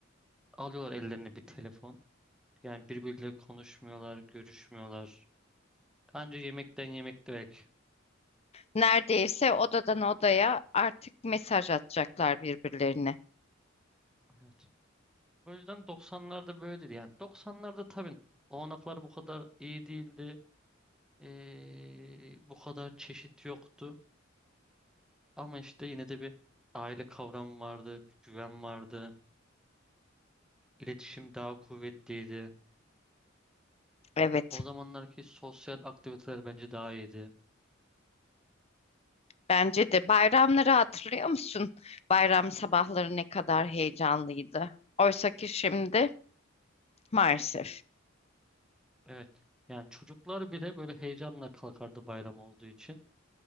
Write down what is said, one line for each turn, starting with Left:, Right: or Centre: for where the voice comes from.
Centre: alıyorlar ellerine bir telefon. Yani birbiriyle konuşmuyorlar, görüşmüyorlar. Anca yemekten yemek belki.
Left: Neredeyse odadan odaya artık mesaj atacaklar birbirlerine.
Centre: Evet. O yüzden 90'larda böyleydi. Yani 90'larda tabii olanaklar bu kadar iyi değildi. Ee, bu kadar çeşit yoktu. Ama işte yine de bir aile kavramı vardı, bir güven vardı. İletişim daha kuvvetliydi.
Left: Evet.
Centre: O zamanlarki sosyal aktiviteler bence daha iyiydi.
Left: Bence de bayramları hatırlıyor musun? Bayram sabahları ne kadar heyecanlıydı. Oysa ki şimdi maalesef.
Centre: Evet. Yani çocuklar bile böyle heyecanla kalkardı bayram olduğu için.